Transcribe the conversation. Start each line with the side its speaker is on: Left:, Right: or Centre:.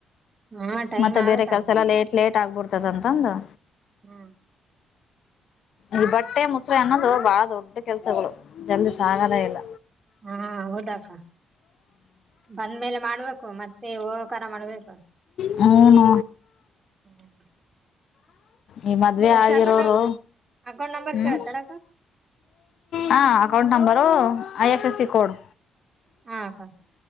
Right: ಹಾ ಟೈಮ್
Left: ಮತ್ತೆ
Right: ಆಗುತ್ತ
Left: ಬೇರೆ ಕೆಲಸ ಎಲ್ಲ ಲೇಟ್ ಲೇಟ್ ಆಗ್ಬಿಡ್ತದಂತಂದು
Right: ಹ್ಮ್
Left: ಈ ಬಟ್ಟೆ ಮೊಸರು ಅನ್ನೋದು ಬಹಳ ದೊಡ್ಡ ಕೆಲ್ಸಗಳು ಜಲ್ದಿ ಸಾಗದೇ ಇಲ್ಲ
Right: ಹಾ ಹೋದಾಕ ಬಂದ್ಮೇಲೆ ಮಾಡ್ಬೇಕು ಮತ್ತೆ ಹೋಕಾರರ ಮಾಡ್ಬೇಕು
Left: ಹಏ ನ
Right: ಹ್ಮ್
Left: ಈ ಮದ್ವೆ
Right: ಫಸ್ಟ್
Left: ಆಗಿರೋರು
Right: ಅಕೌಂಟ್ ಅಕೌಂಟ್ ನಂಬರ್
Left: ಹ್ಮ್
Right: ಕೇಳಳ್ತಾರ
Left: ಹಾ account number I F S C code
Right: ಹಾ ಹಾ.